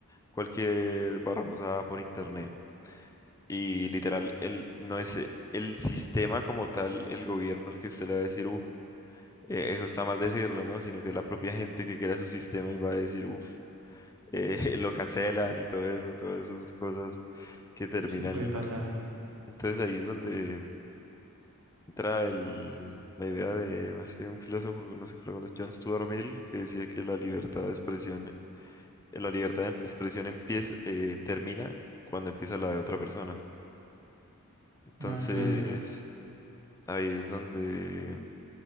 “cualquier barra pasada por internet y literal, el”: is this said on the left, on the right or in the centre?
Left